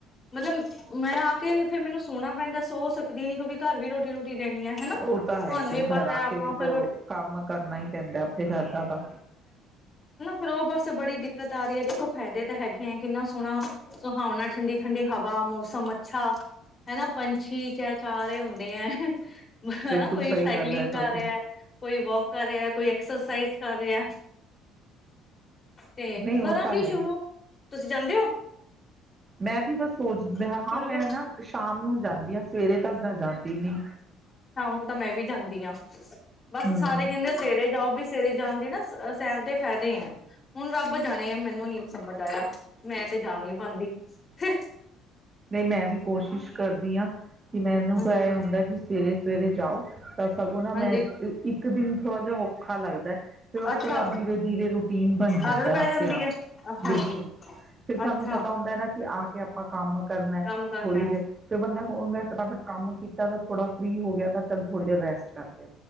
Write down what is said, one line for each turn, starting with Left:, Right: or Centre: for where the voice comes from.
Left: ਮਤਲਬ ਮੈਂ ਆ ਕੇ ਫਿਰ ਮੈਨੂੰ ਸੋਣਾ ਪੈਂਦਾ ਸੋ ਸਕਦੀ ਨੀ ਕਿਉਂਕਿ ਘਰ ਵੀ ਰੋਟੀ ਰੁਟੀ ਦੇਣੀ ਹੈ। ਹਨਾ
Right: ਉਹ ਤਾਂ ਹੈ
Left: ਤੁਹਾਨੂੰ
Right: ਹੀ ਫਿਰ
Left: ਵੀ
Right: ਘਰ
Left: ਪਤਾ ਹੈ
Right: ਆ
Left: ਆਪਾਂ
Right: ਕੇ
Left: ਫਿਰ
Right: ਤੋ ਕੰਮ ਕਰਨਾ ਹੀ ਪੈਂਦਾ ਆਪਦੇ ਘਰ ਦਾ ਤਾਂ।
Left: ਫਿਰ ਉਹ ਬਸ ਬੜੀ ਦਿੱਕਤ ਆ ਰਹੀ ਹੈ, ਦੇਖੋ ਫਾਇਦੇ ਤਾਂ ਹੈਗੇ ਆ ਕਿੰਨਾ ਸੋਹਣਾ ਸੁਹਾਵਣਾ ਠੰਡੀ ਠੰਡੀ ਹਵਾ, ਮੌਸਮ ਅੱਛਾ ਹਨਾ, ਪੰਛੀ ਚ ਚਾਰੇ ਹੁੰਦੇ ਹੈ। ਹਨਾ
Right: ਬਿਲਕੁਲ
Left: ਕੋਈ
Right: ਸਹੀ
Left: ਸਾਈਕਲਿੰਗ
Right: ਗੱਲ ਹੈ
Left: ਕਰ
Right: ਤੁਹਾਡੀ।
Left: ਰਿਹਾ, ਕੋਈ ਵੌਕ ਕਰ ਰਿਹਾ, ਕੋਈ ਐਕਸਰਸਾਈਜ਼। ਕਰ ਰਿਹਾ। ਤੇ
Right: ਨਹੀਂ
Left: ਕਰਾਂਗੇ
Right: ਉਹ ਤਾਂ ਹੈ
Left: ਸ਼ੁਰੂ
Right: ਹੀ
Left: ਤੁਸੀਂ ਜਾਂਦੇ ਹੋ।
Right: ਮੈਂ ਵੀ ਬਸ ਸੋਚਦਾ
Left: ਸ਼ੁਰੂ
Right: ਹਾਂ ਮੈਂ
Left: ਕਰ
Right: ਨਾ ਸ਼ਾਮ ਨੂੰ ਜਾਂਦੀ ਹਾਂ ਸਵੇਰੇ ਤੱਕ ਜਾਂਦੀ ਨੀ।
Left: ਹੁਣ ਤਾਂ ਮੈਂ ਵੀ ਜਾਂਦੀ ਹਾਂ। ਬਸ,
Right: ਹੂੰ।
Left: ਸਾਰੇ ਕਹਿੰਦੇ ਸਵੇਰੇ ਜਾਓ ਵੀ ਸਵੇਰੇ ਜਾਣ ਦੀ ਨਾ ਸੈਰ ਦੇ ਫਾਇਦੇ ਆ ਹੁਣ ਰੱਬ ਜਾਣੇ ਆ ਮੈਨੂੰ ਨੀ ਸਮਝ ਆਇਆ ਮੈਂ ਤੇ ਜਾ ਨਹੀਂ ਪਾਂਦੀ ਹ
Right: ਤੇ ਮੈਂ ਵੀ ਕੋਸ਼ਿਸ਼ ਕਰਦੀ ਹਾਂ ਕਿ ਮੈਨੂੰ
Left: ਹਾਂਜੀ
Right: ਤਾਂ ਇਹ ਹੁੰਦਾ ਕਿ ਸਵੇਰੇ ਸਵੇਰੇ ਜਾਓ। ਤਾਂ ਸਗੋਂ ਨਾ
Left: ਹਾਂਜੀ
Right: ਮੈਂ ਇੱਕ ਦਿਨ ਥੋੜਾ ਜਿ ਔਖਾ ਲੱਗਦਾ ਫਿਰ ਉਸ
Left: ਅੱਛਾ
Right: ਤੋਂ ਬਾਅਦ ਧੀਰੇ- ਧੀਰੇ ਰੂਟੀਨ ਬਣ ਜਾਂਦਾ
Left: ਆਦਤ ਪੈ
Right: ਆਪਦੇ
Left: ਜਾਂਦੀ
Right: ਆਪ
Left: ਹੈ ਹਾਂਜੀ
Right: ਬਿਲਕੁਲ ਫਿਰ ਸਾਨੂੰ
Left: ਅੱਛਾ
Right: ਪਤਾ ਹੁੰਦਾ ਹੈ ਨਾ ਕਿ ਆ ਕੇ ਆਪ ਆਪਾਂ ਕੰਮ ਕਰਨਾ
Left: ਕੰਮ ਕਰਨਾ
Right: ਥੋੜ੍ਹੀ
Left: ਹੈ
Right: ਦੇਰ ਫਿਰ ਬੰਦਾ ਫੋਨ ਦਾ ਫਟਾਫਟ ਕੰਮ ਕੀਤਾ ਤਾਂ ਥੋੜਾ ਫਰੀ ਹੋ ਗਿਆ ਤਾਂ ਚੱਲ ਥੋੜ੍ਹੀ ਦੇਰ ਰੈਸਟ ਕਰ ਲਿਆ